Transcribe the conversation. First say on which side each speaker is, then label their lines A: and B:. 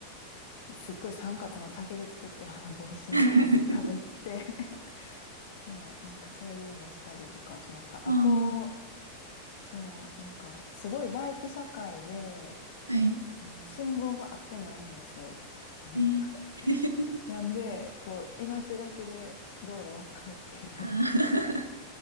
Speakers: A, on the left; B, on the right.
A: う。すっごい三角の竹で作ったような帽子みたいなのかぶって
B: <laughs>
A: <laughs> そう、なんかそういうのしたりとかしました。
B: あ
A: あと、そう、なんかすごいバイク社会で、
B: あ、はい。
A: あの、信号が合ってないんですよ。<laughs> なんか、
B: えー <laughs>、
A: なんで、こう、命がけで道路を渡るっていう
B: あー <laughs>